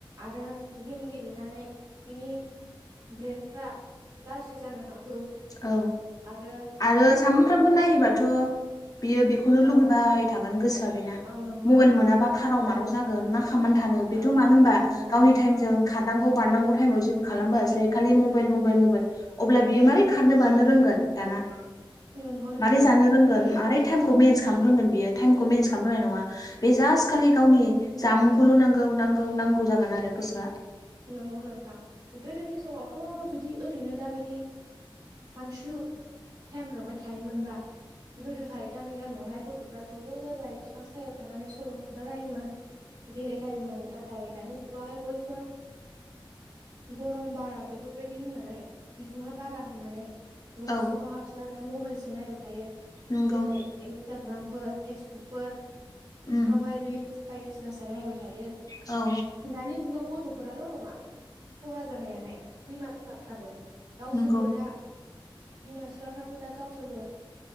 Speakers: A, on the right (about 45°); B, on the left (about 40°).
A: आरो गेम गेलेनानै बिनि ब्रेन्डफ्रा गाज्रि जानो हागौ
B: औ
A: आरो
B: आरो
A: बेफोर
B: सामफ्रोमबो
A: बांद्राय
B: नायोबाथ' बियो बेखौनो
A: औ
B: लुगैबाय थागोन गोसोआ बेना
A: औ नंगौ
B: मबाइल
A: नोंथां
B: मोनाबा खाराव
A: आरो
B: माराव जागोन गोन मा खालामनानै थानो बेथ'
A: औ
B: मानो होनबा
A: औ नंगौ
B: गावनि
A: नोंथां
B: थाइमजों खारनांगौ बारनांगौ थाइमाव जेबो खालामबोआसै खालि मबाइल मबाइल मबाइल अब्ला बियो मारै खारनो बानो रोंगोन दाना
A: नंगौ नोंथां
B: मारै जानो रोंगोन
A: गोदो
B: मारै टाइमखौ
A: औ
B: मेनेज
A: नंगौ
B: खालामनो
A: नोंथां
B: रोंगोन बियो टाइमखौ मेनेज खालाम रोंनाय नङा। बे जास्ट खालि गावनि जामुंखौल' नांगौ नांगौ नांगौ जागोन आरो गोसोआ।
A: नंगौ नोंथां गोदोनि समावथ' जुदि ओरैनो दाबायदि सानसु टाइमफ्रावाय थायोमोनबा गोदोहाय गामि गामियावहाय गथ'फ्रा ज' ज' जाजाय बिफां सायायाव थानानै सल' खोन्थालायोमोन। गेलेलायोमोन नाथाय दानि जुगाव हाय बयबो गरम बारा बेफोरबायदि होननानै बिदुुं बारा होननानै न'
B: औ
A: सिङाव हाब सोनानै मबाइलसो नायबाय थायो
B: नंगौ
A: जेरै इन्सटाग्रामफोर फेसबुकफोर
B: उम
A: आवहाय रिल्स बायदिसिना सो नायबाय थायो
B: औ
A: दानि जुगाव गथ' फोराल' नङा खहा जानायाहाय बिमा बिमाफ्राबो गावसोरबो
B: नंगौ
A: दा बिमा बिफाफ्राबो दा गावसोरबो